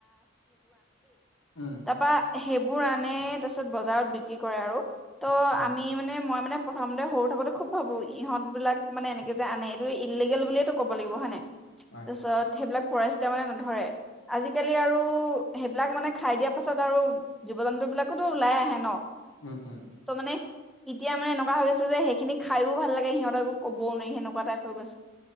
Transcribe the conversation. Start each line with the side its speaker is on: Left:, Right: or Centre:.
Left: উম
Centre: তাপা সেইবোৰ আনে তাৰছত বজাৰত বিক্ৰী কৰে আৰু ত
Left: উম
Centre: আমি মানে মই মানে প্ৰথমতে সৰু থাকোতে খুব ভাবো ইহঁত বিলাক মানে এনেকে যে আনে এইটো ইলিগেল বুলিয়েটো ক'ব লাগিব হয় নাই তাৰপিছত
Left: হয়
Centre: সেইবিলাক ফৰেষ্টাৰ মানে নধৰে আজিকালি আৰু সেইবিলাক মানে খাই দিয়া পাছত আৰু জীৱ জন্তু বিলাকোতো ওলাই আহে ন ত
Left: উম উম
Centre: মানে এতিয়া মানে এনেকোৱা হৈ গৈছে যে সেইখিনি খায়ো ভাল লাগে সিহঁতক একো ক'বও নোৱাৰি সেনেকোৱা টাইপ হৈ গৈছে